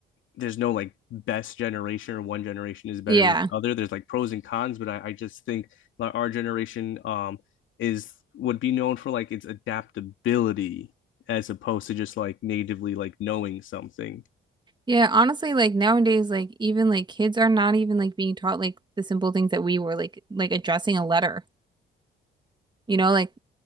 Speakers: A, on the left; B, on the right.
A: there's no like best generation or one generation is better
B: Yeah.
A: than the other. There's like pros and cons, but I, I just think like our generation um is would be known for like its adaptability as opposed to just like natively like knowing something.
B: Yeah, honestly, like nowadays, like even like kids are not even like being taught like the simple things that we were like like addressing a letter. You know, like